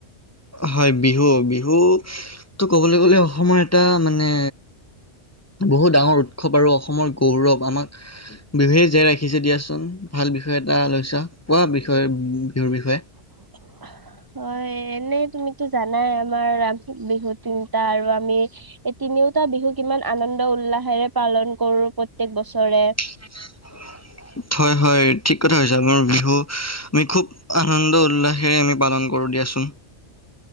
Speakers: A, on the left (about 25°); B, on the right (about 20°).
A: হয় বিহু বিহুতো ক'বলৈ গ'লে অসমৰ এটা মানে বহুত ডাঙৰ উৎসৱ, আৰু অসমৰ গৌৰৱ। আমাক বিহুৱে জীয়াই ৰাখিছে দিয়াচোন! ভাল বিষয়ে এটা লৈছা কোৱা বিষয়ে বিহুৰ বিষয়ে।
B: <inaudible> হয় এনে তুমিতো জানাই আমাৰ বিহু তিনটা আৰু আমি তিনিওটা বিহু কিমান আনন্দ উল্লাসেৰে পালন কৰোঁ প্ৰত্যেক বছৰে।
A: <unintelligible> হয় হয়, ঠিক কথা কৈছা। আমাৰ বিহু আমি খুব আনন্দ উল্লাসেৰে আমি পালন কৰো দিয়াচোন।